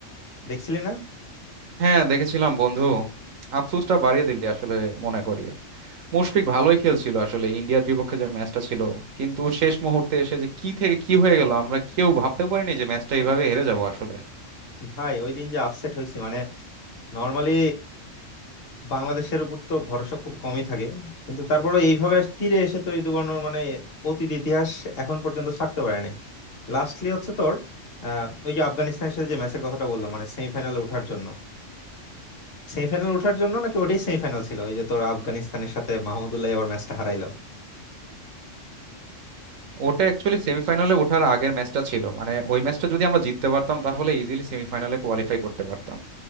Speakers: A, on the left; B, on the right.
A: দেখছিলি না
B: হ্যাঁ দেখেছিলাম বন্ধু আফসোসটা বাড়িয়ে দিলি আসলে মনে করি মুশফিক ভালোই খেলছিল আসলে ইন্ডিয়ার বিপক্ষে যে ম্যাচটা ছিল কিন্তু শেষ মুহূর্তে এসে যে কি থেকে কি হয়ে গেল আমরা কেউ ভাবতেও পারিনি যে ম্যাচটা এইভাবে হেরে যাব আসলে
A: ভাই ওই দিন যে আপসেট হয়েছি মানে নর্মালি বাংলাদেশের উপর তো ভরসা খুব কমই থাকে কিন্তু তারপরে এইভাবে তীরে এসে তৈরি দুর্ঘটনার মানে অতীত ইতিহাস এখন পর্যন্ত ছাড়তে পারে নাই লাস্টলি হচ্ছে তোর আহ, ওই যে আফগানিস্তানের সাথে যে ম্যাচের কথাটা বললাম মানে সেমিফাইনালে ওঠার জন্য সেমিফাইনাল ওঠার জন্য নাকি ওটাই সেমিফাইনাল ছিল ওই যে তোর আফগানিস্তানের সাথে মাহমুদুল্লাহ আবার ম্যাচটা হারাইলো
B: ওটা অ্যাকচুয়ালি সেমিফাইনালে ওঠার আগের ম্যাচটা ছিল মানে ওই ম্যাচটা যদি আমরা জিততে পারতাম তাহলে ইজিলি সেমিফাইনালে কোয়ালিফাই করতে পারতাম